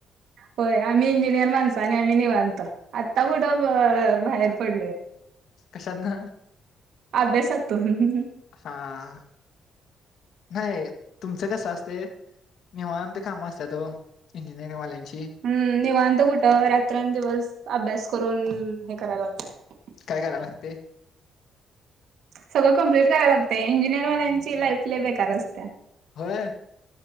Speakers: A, on the right; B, on the left.
A: होय आम्ही इंजिनियर माणस आणि आम्ही निवांत आत्ता कुठं बाहेर- पडलोय.
B: कशातन?
A: अभ्यासा तो हुं हुं
B: हा हा...
A: <inaudible>
B: नाही तुमचं कस असते निवांत काम असतात ओ इंजिनिअरिंग वाल्यांची.
A: हम्म निवांत कुठं रात्रंदिवस अभ्यास करून हे करायला लागतय.
B: काय कराय लागतय-
A: सगळं कंप्लीट करायला लागते इंजिनिअरवाल्यांची लाईफ लय बेकार असतया.
B: होय